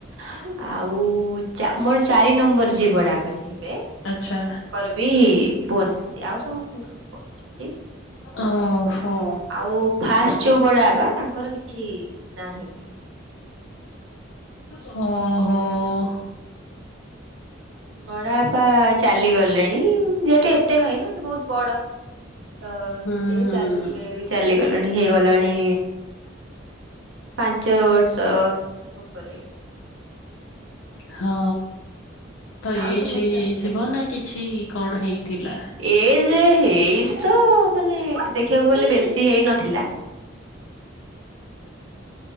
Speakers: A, on the right; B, on the left.
A: ଆଉ ମୋର ଚା ମୋର ଚାରି ନମ୍ବର ଯିଏ ବଡ଼ବାପା ଯିଏ ହେବେ।
B: ଆଛା।
A: କର ବିି ପୁଅ ନାହାନ୍ତି। ଆଉ ସମସ୍ତଙ୍କର ପୁଅ ଅଛନ୍ତି।
B: ଓହୋ
A: ଆଉ ଫାଷ୍ଟ ଯୋଉ ବଡା ବାବା ତାଙ୍କର କିଛି ନାହିଁ ପିଲା।
B: ହଁ ହୋ‌।
A: ବଡା ବାପା ଚାଲିଗଲେଣି। ଯେହେତୁ, ଏତେ ଭାଇ ନା ସେ ବହୁତ ବଡ। ତ ସିଏ
B: ହୁଁ ହୁଁ
A: ଚାଲିଗ ଚାଲିଗଲେଣି ହେଇଗଲାଣି ପାଞ୍ଚ ବର୍ଷ ଉପରେ।
B: ହଁ, ତ
A: ଆଉ
B: ଏଜ୍
A: ସମସ୍ତେ
B: ହେଇଯାଇଥିବ
A: ଅଛନ୍ତି।
B: ନା କିଛି କଣ ହେଇଥିଲା?
A: ଏଜ୍ ହେଇଚି ତ ମାନେ ଦେଖିବାକୁ ଗଲେ ବେଶ ଶି ହେଇ ନଥିଲା।
B: ହ <inaudible>